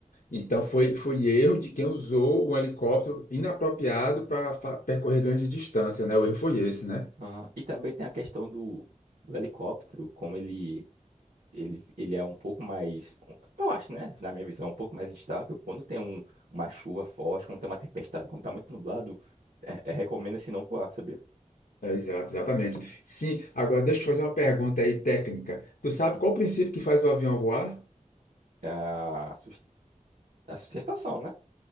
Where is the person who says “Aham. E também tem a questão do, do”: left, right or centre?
Right